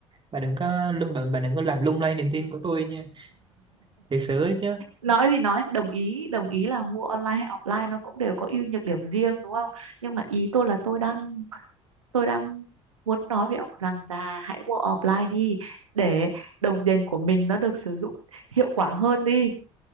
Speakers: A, on the right (about 30°); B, on the right (about 85°).
A: bà đừng có lung bà, bà đừng có làm lung lay niềm tin của tôi nha thiệt sự ấy chứ
B: nói thì nói đồng ý đồng ý là mua online hay offline nó cũng đều có ưu nhược điểm riêng đúng không nhưng mà ý tôi là tôi đang tôi đang muốn nói với ông rằng là hãy mua offline đi để đồng tiền của mình nó được sử dụng hiệu quả hơn đi